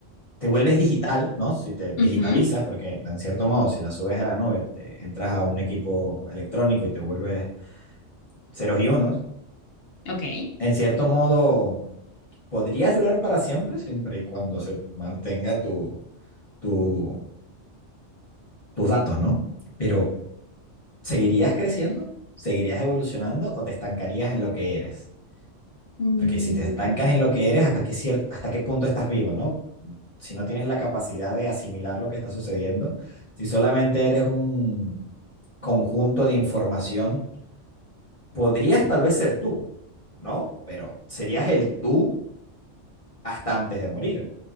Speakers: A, on the left (about 30°); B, on the left (about 60°).
A: te vuelves digital, ¿no? Si te digitalizas,
B: Ujú,
A: porque en cierto modo, si la subes a la nube, te entras a un equipo electrónico y te vuelves ceros y unos,
B: Ok.
A: en cierto modo, podrías durar para siempre, siempre y cuando se mantenga tu, tu, tus datos, ¿no? Pero ¿seguirías creciendo? ¿Seguirías evolucionando o te estancarías en lo que eres?
B: Mm,
A: Porque si te estancas en lo que eres, ¿hasta qué, cier- hasta qué punto estás vivo, no? Si no tienes la capacidad de asimilar lo que está sucediendo, si solamente eres un conjunto de información, podrías tal vez ser tú, ¿no? Pero serías el tú hasta antes de morir.